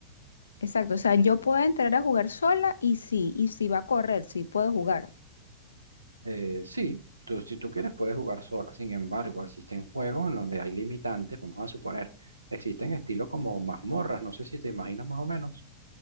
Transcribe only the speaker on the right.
Eh, sí, tú, si tú quieres puedes jugar sola. Sin embargo, existen juegos en donde hay limitantes. Vamos a suponer, existen estilos como mazmorras. No sé si te imaginas más o menos.